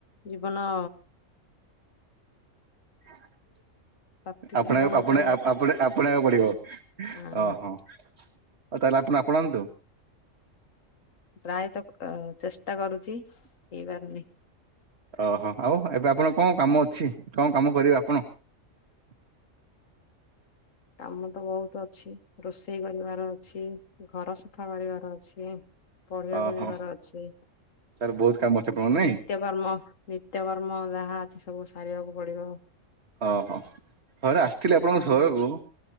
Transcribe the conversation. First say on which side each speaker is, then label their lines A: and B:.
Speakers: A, on the left; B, on the right.
A: ଜୀବନ
B: ହ <unintelligible>
A: ସାତ୍ଵିକ
B: ଆପଣେଇ
A: ଜୀବନକୁ
B: ଆପଣେ ଆପଣେ ଆପଣେଇବାକୁ ପଡିବ,
A: ହଁ
B: ଓହୋଃ। ଆଉ ତାହେଲେ ଆପଣ ଆପଣାନ୍ତୁ।
A: ପ୍ରାୟତଃ ଚେଷ୍ଟା କରୁଛି, ହେଇପାରୁନି।
B: ଓହୋଃ, ଆଉ ଏବେ ଆପଣ କଣ କାମ ଅଛି କଣ କାମ କରିବେ ଆପଣ? <unintelligible>
A: କାମ ତ ବହୁତ ଅଛି, ରୋଷେଇ କରିବାର ଅଛି ଘର ସଫା କରିବାର ଅଛି। ପଢିବାକୁ
B: ଓହୋ
A: ଯିବାର ଅଛି।
B: ତାହେଲେ ବହୁତ କାମ ଅଛି ଆପଣଙ୍କ ନାଇଁ
A: ନିତ୍ୟକର୍ମ ନିତ୍ୟକର୍ମ ଯାହା ଅଛି ସବୁ ସାରିବାକୁ ପଡିବ।
B: ଓହୋଃ ଥରେ ଆସିଥିଲି
A: ବହୁତ
B: ଆପଣଙ୍କ
A: କାମ
B: ସହରକୁ
A: ଅଛି